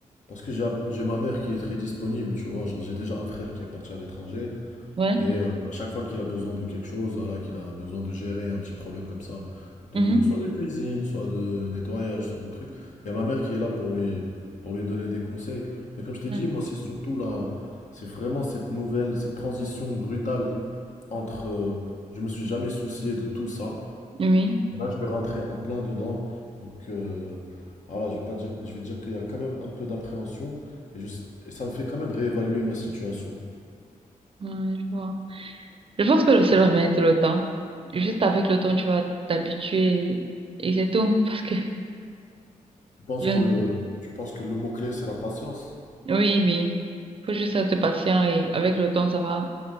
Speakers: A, on the left; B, on the right.
A: parce que j'ai, j'ai ma mère qui est très disponible, tu vois. Genre, j'ai déjà un frère qui est parti à l'étranger.
B: ouais.
A: Et heu, à chaque fois qu'il a besoin de quelque chose, voilà, qu'il a besoin de gérer un petit problème comme ça, de
B: mhm.
A: soit de cuisine, soit de nettoyage, soit de trucs, il y a ma mère qui est là pour lui pour lui donner des conseils. Mais comme je t'ai
B: Ouais.
A: dit, moi, c'est surtout là, c'est vraiment cette nouvelle, cette transition brutale entre, heu, je me suis jamais soucié de tout ça,
B: Oui,
A: je vais rentrer en plein dedans. Donc heu, voilà, je vais pas dire je vais dire qu'il y a quand même un peu d'appréhension et je et ça me fait quand même réévaluer ma situation.
B: ouais, je vois. Je pense que je sais leur mettre le temps. Juste avec le temps, tu vas t'habituer et c'est tout. Parce que,
A: Je pense
B: je...
A: que,
B: ne-
A: tu penses que le mot-clé, c'est la patience?
B: oui, oui. Faut juste être patient et avec le temps, ça va.